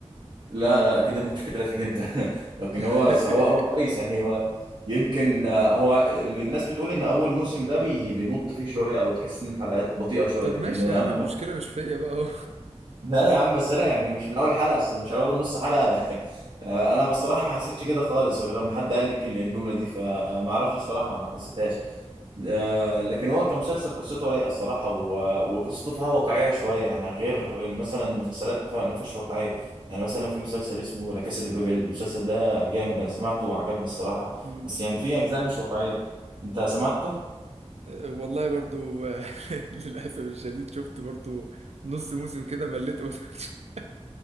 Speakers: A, on the right; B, on the right.
A: لا لا كده مشكلة فيك انت <laughs> لكن هو
B: <laughs>
A: هو هو كويس يعني هو يمكن آه، هو اللي الناس بتقول ان اول موسم ده بي- بيمط فيه شوية او تحس ان الحلقات بطيئة شوية
B: طب
A: لكن
B: ماشي
A: انا
B: يا عم المشكله مش فيا بقى اهو
A: لا يا عم بس انا يعني مش من اول حلقه اصلا مش اول نص حلقه <laughs> انا بصراحه ما حسيتش كده خالص غير لما حد قال لك الجمله دي فما اعرفش الصراحه ما حسيتهاش آه، لكن هو كمسلسل قصته رايقه الصراحه و- وقصته فيها واقعيه شويه يعني غير مثلا مسلسلات ف- ما فيهاش واقعيه يعني مثلا في مسلسل اسمه لا كاسا دي بابيل المسلسل ده جامد انا سمعته وعجبني الصراحه
B: مم.
A: بس يعني في اجزاء مش واقعيه انت سمعته
B: أه، والله برضو <laughs> للاسف الشديد شفت برضو نص موسم كده مليت <laughs>